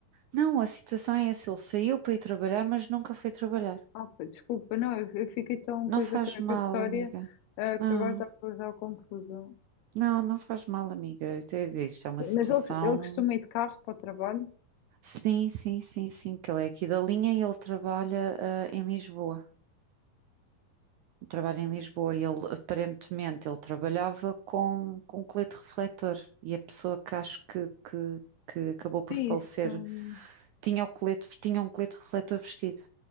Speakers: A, on the right; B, on the left.
A: Não, a situação é essa: ele saiu para ir trabalhar, mas nunca foi trabalhar.
B: Ah, pá, desculpa, não, eu, eu fiquei tão
A: Não
B: coisa
A: faz
B: com
A: mal,
B: a com a história,
A: amiga.
B: ah,
A: Não,
B: que agora estava a causar confusão.
A: não, não faz mal, amiga. Eu te Isto é uma situação
B: Mas ele, ele costuma ir de carro para o trabalho?
A: Sim, sim, sim, sim, que ele é aqui da linha e ele trabalha, eh, em Lisboa. Trabalha em Lisboa e ele, aparentemente, ele trabalhava com, com colete refletor e a pessoa que acho que, que, que acabou por
B: Sim,
A: falecer
B: isso.
A: tinha o colete, tinha um colete refletor vestido.